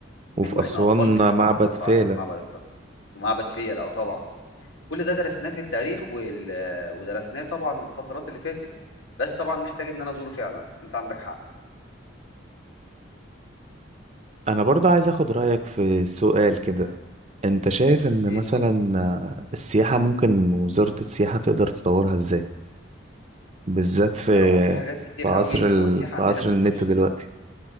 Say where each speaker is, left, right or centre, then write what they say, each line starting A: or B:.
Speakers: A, on the left (about 90°); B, on the right (about 35°).
A: من
B: وفي
A: واحنا
B: اسوان
A: اطفال بنسمع
B: معبد
A: عن مدفع
B: فيلة
A: معبد الكرنك ومعبد فيلة اه طبعا كل ده درسناه في التاريخ وال... ودرسناه طبعا الفترات اللي فاتت بس طبعا محتاج ان انا ازوره فعلا انت عندك حق
B: انا برضو عايز اخد رأيك في سؤال كده انت شايف ان
A: ايه
B: مثلا
A: اتفضل
B: آه، السياحة ممكن وزارة السياحة تقدر تطورها ازاي بالذات في
A: لا هو في حاجات كتير
B: في عصر
A: قوي
B: ال...
A: هو السياحة
B: في
A: عندنا
B: عصر
A: مش
B: النت
A: وحشة
B: دلوقتي